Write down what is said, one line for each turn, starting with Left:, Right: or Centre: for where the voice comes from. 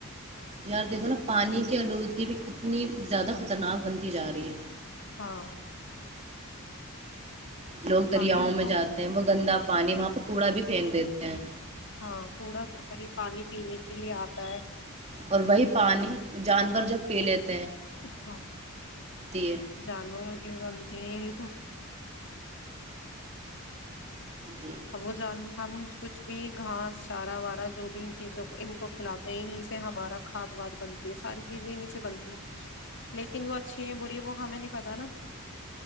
Right: یار دیکھو نا پانی کی آلودگی بھی کتنی زیادہ خطرناک بنتی جا رہی ہے
Left: ہاں
Right: لوگ
Left: اب
Right: دریاؤں
Left: پانی ہم
Right: میں
Left: سو
Right: جاتے ہیں وہ گندا پانی وہاں پہ کوڑا بھی پھینک دیتے ہیں
Left: ہاں کوڑا وہیں پانی پینے کے لیے آتا ہے
Right: اور وہی پانی جانور جب پلت <unintelligible>
Left: ہاں
Right: ہے
Left: جانور و کیے <unintelligible> توچ <unintelligible>
Right: جی
Left: اب وہ جان ہم کچھ بھی گھاس چارہ وارہ جو بھی ان چیزوں کو ان کو کھلاتے ہیں انیں سے ہمارا کھاد واد بنتی ہے ساری چیزیں انیں سے بنتی ہے لیکن وہ اچھی ہے بری وہ ہمیں نہیں پت نا